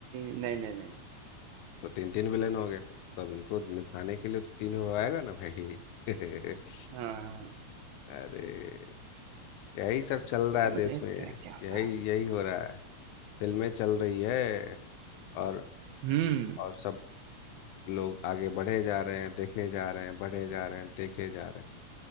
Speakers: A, on the right; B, on the left.
A: नहीं नहीं नहीं
B: तो तीन तीन विलन हो गए तो अब इनको निपटाने के लिए तो तीन हो आएगा ना भाई <laughs>
A: हाँ हाँ,
B: अरे यही सब चल रहा
A: चलो
B: है देश
A: देखते
B: में
A: हैं क्या होता
B: यही
A: है
B: यही हो रहा है फिल्में चल रही है और
A: हम्म
B: और सब लोग आगे बढ़े जा रहे हैं देखे जा रहे हैं बढ़े जा रहे हैं देखे जा रहे हैं